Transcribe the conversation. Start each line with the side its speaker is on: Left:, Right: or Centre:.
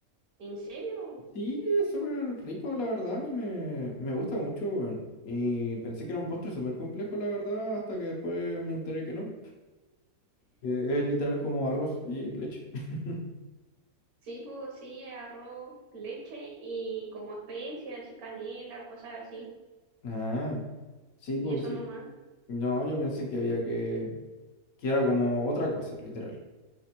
Right: ¿En serio?
Left: Sí, es súper rico, la verdad. A mí me, me gusta mucho, weón. Y pensé que era un postre súper complejo, la verdad, hasta que después me enteré que no. Que es literal como arroz y leche. <laughs>
Right: Sí, pues sí, arroz, leche y como especias y canela, cosas así.
Left: Ah, sí,
Right: Y
Left: pues
Right: eso
Left: sí.
Right: nomás.
Left: No, yo pensé que había que... que era como otra cosa, literal.